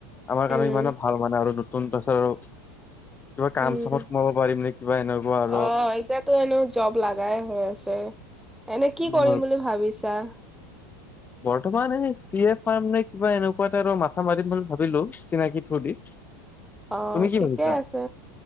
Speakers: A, on the left; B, in the centre.
A: আমাৰ
B: উম,
A: কাৰণে ইমানে ভাল মানে, আৰু নতুন তাৰপিছত, আৰু কিবা
B: উম,
A: কাম চামত সোমাব পাৰিম নেকি। কিবা এনেকুৱা। আৰু
B: অ', এতিয়াতো এনেও জব লাগাই হৈ আছে। এনে, কি
A: উম,
B: কৰিম বুলি ভাবিছা?
A: বৰ্তমান এই চি এ ফাৰ্ম নে কিবা এনেকুৱা এটাৰ মাথা মাৰিম বুলি ভাবিলো চিনাকি থ্ৰু দি <inaudible>
B: অ',
A: কি
B: ঠিকে
A: ভাবিছা?
B: আছে।